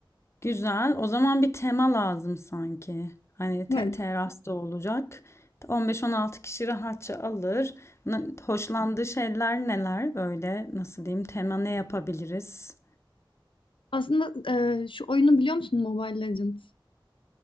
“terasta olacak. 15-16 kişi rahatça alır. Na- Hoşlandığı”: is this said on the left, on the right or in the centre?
Left